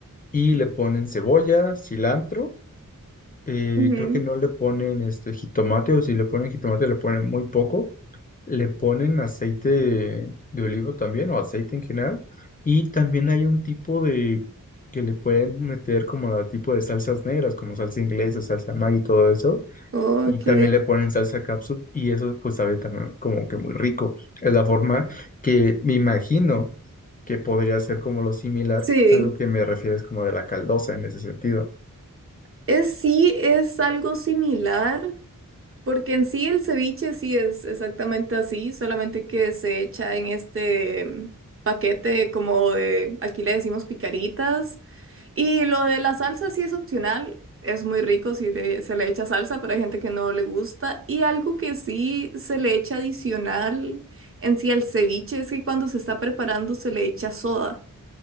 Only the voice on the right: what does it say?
ujú,
Ok.
Sí.
Es, sí, es algo similar, porque en sí el ceviche sí es exactamente así, solamente que se echa en este mm, paquete como de, aquí le decimos picaritas, y lo de la salsa sí es opcional, es muy rico si le- se le echa salsa, pero hay gente que no le gusta, y algo que sí se le echa adicional en sí al ceviche es que cuando se está preparando se le echa soda,